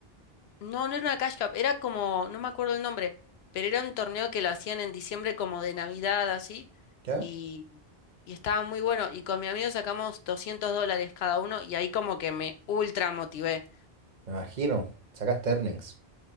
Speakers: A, on the left; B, on the right.
A: No, no era una Cash Cup, era como, no me acuerdo el nombre, pero era un torneo que lo hacían en diciembre como de Navidad, así,
B: ¿Ya?
A: y, y estaba muy bueno. Y con mi amigo sacamos 200 dólares cada uno y ahí como que me ultra motivé.
B: Me imagino. Sacaste earnings.